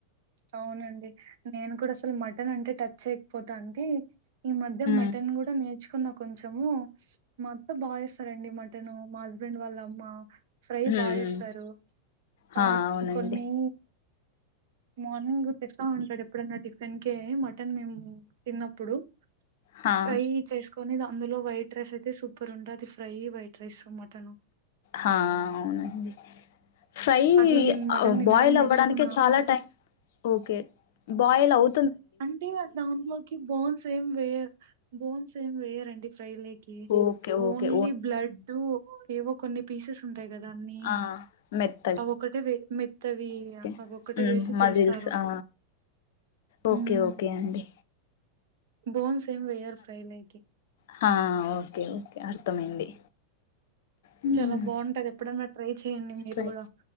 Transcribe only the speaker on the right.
అవునండి. నేను కూడా అసల్ మటన్ అంటే టచ్ చేయకపోతాంటి ఈ మధ్య
మటన్ గుడ నే ర్చుకున్న కొంచెము. మా అత్త బాగా చేస్తారండి మటన్ మా హస్బెండ్ వాళ్ళ అమ్మ. ఫ్రై బా
చేస్తారు
ఆ
కొన్నీ మార్నింగ్ తెస్తా ఉంటడు ఎప్పుడన్నా టిఫిన్కే మటన్ మేము తిన్నప్పుడు
ఫ్రై చేస్కొ కొని అందులో వైట్ రైస్ అయితే సూపర్ ఉంటాది ఫ్రై వైట్ రైస్ మటను
అట్లా నేను మటన్ తినడం
నేర్చుకున్నా
అంటే అ దాంట్లోకి బోన్స్ ఏం వేయర్ బోన్స్ ఏం వేయరండి ఫ్రై లోకి
ఓన్లీ బ్లడ్డు ఏవో కొన్ని పీసెస్ ఉంటాయి కదా అన్నీ
అవొక్కటే వే మెత్తవి
అవొక్కటే వేసి
చేస్తారు.
హ్మ్
బోన్స్ ఏం వెయ్యరు ఫ్రై లైకి
చాలా బాగుంటది ఎప్పుడన్న ట్రై చేయండి మీర్
గుడా